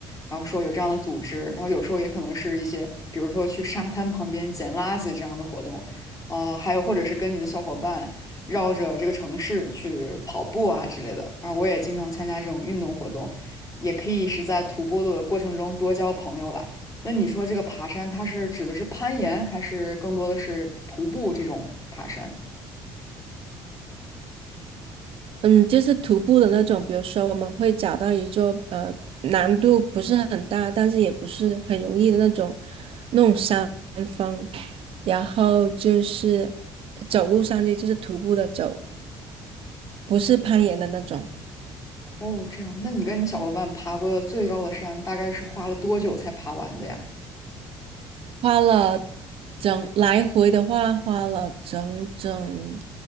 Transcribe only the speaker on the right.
嗯，就是徒步的那种，比如说我们会找到一座呃难度不是很大，但是也不是很容易的那种那种山。峰。然后就是走路上去，就是徒步的走，不是攀岩的那种。
花了整来回的话，花了整整